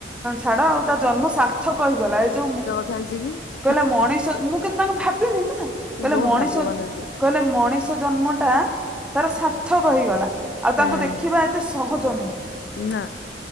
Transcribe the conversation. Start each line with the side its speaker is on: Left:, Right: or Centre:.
Centre: ଛାଡ ଆଉ ତା ଜନ୍ମସା ର୍ଥକ ହେଇଗଲା ଏ ଯୋଉ
Left: ଚାଛି କିି <unintelligible>
Centre: କହିଲା ମଣିଷ ମୁଁ କିନ୍ତୁ ତାଙ୍କୁ ଭାବିନି ନା କହିଲେ
Left: ବହୁତ
Centre: ମଣିଷ
Left: ଭାଗ୍ୟବାନ ରେ ସେ।
Centre: କହିଲେ ମଣିଷ ଜନ୍ମଟା ତାର ସାର୍ଥକ ହେଇଗଲା। ଆଉ
Left: ହୁଁ
Centre: ତାଙ୍କୁ ଦେଖିବା ଏତେ ସହଜ ନୁହେଁ।
Left: ନା